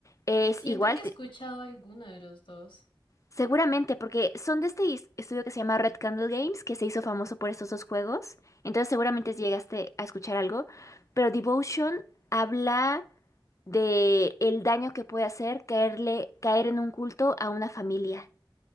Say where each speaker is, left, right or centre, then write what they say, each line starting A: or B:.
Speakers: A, on the left; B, on the left.
A: Es
B: Siento
A: igual,
B: que he escuchado
A: te-
B: alguno de los dos.
A: seguramente, porque son de este is- estudio que se llama Red Candle Games, que se hizo famoso por estos dos juegos. Entonces seguramente llegaste a escuchar algo. Pero Devotion habla de el daño que puede hacer caerle, caer en un culto a una familia.